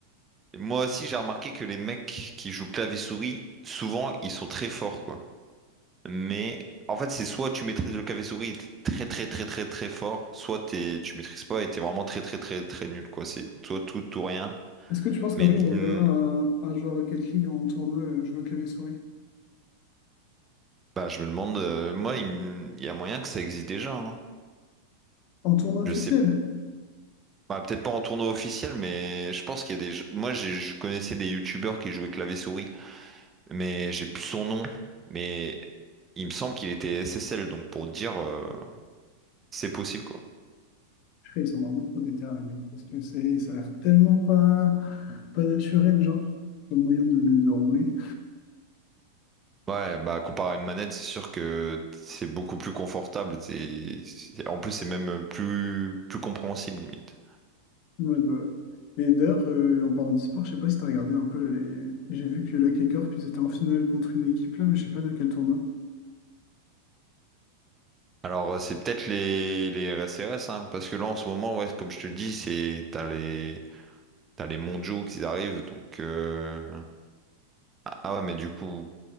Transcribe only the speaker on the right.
moi aussi, j'ai remarqué que les mecs qui jouent clavier-souris, souvent, ils sont très forts, quoi. Mais en fait, c'est soit tu maîtrises le clavier-souris et t'es très, très, très, très, très fort, soit t'es, tu maîtrises pas et t'es vraiment très, très, très, très nul, quoi. C'est soit tout, tout rien.
Mais
hmm,
bah, je me demande, euh, moi, il, m- il y a moyen que ça existe déjà. hein.
Je sais Bah, peut-être pas en tournoi officiel, mais je pense qu'il y a des. jeux- Moi, j'ai- je connaissais des youtubeurs qui jouaient clavier-souris, mais j'ai plus son nom. Mais il me semble qu'il était SSL, donc pour te dire, euh, c'est possible quoi.
Ouais, bah comparé à une manette, c'est sûr que c'est beaucoup plus confortable. c'est- c'est- En plus, c'est même plus plus compréhensible limite.
Alors, euh, c'est peut-être les les RSRS, hein, parce que là en ce moment, ouais, comme je te dis, c'est t'as les t'as les mondiaux qui arrivent, donc euh, ah ouais, mais du coup.